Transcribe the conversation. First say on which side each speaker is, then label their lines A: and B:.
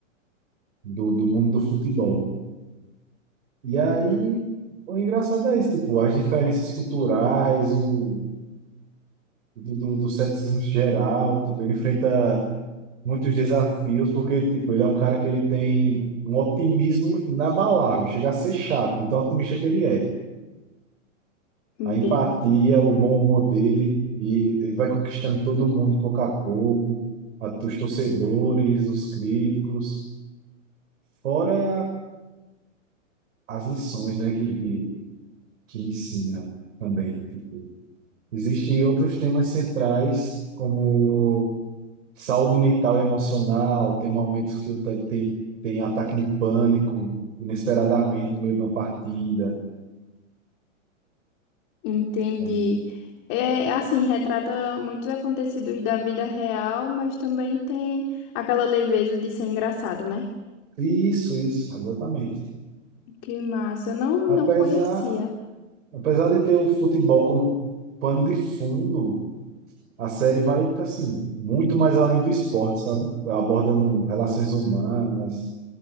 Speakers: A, on the right; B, on the left.
A: do, do mundo do futebol. E aí o engraçado é isso, tipo, as diferenças culturais, o do, do, do ceticismo geral, tipo, ele enfrenta muitos desafios porque tipo, ele é um cara que ele tem um otimismo inabalável, chega a ser chato, de tão otimista que ele é.
B: Entendi.
A: a empatia, o bom humor dele, e ele vai conquistando todo mundo pouco a pouco, a- os torcedores, os críticos, fora as lições, né, que, que, que ensina também. Existem outros temas centrais, como saúde mental e emocional, tem momentos que o Ted tem, tem ataque de pânico, inesperadamente no meio de uma partida.
B: Entendi.
A: É,
B: É assim, retrata muitos acontecidos da vida real, mas também tem aquela leveza de ser engraçado, né?
A: Isso, isso, exatamente.
B: Que massa, eu não,
A: Apesar,
B: não conhecia.
A: Apesar de ter o futebol como pano de fundo, a série vai, assim, muito mais além do esporte, sabe? Abordando relações humanas,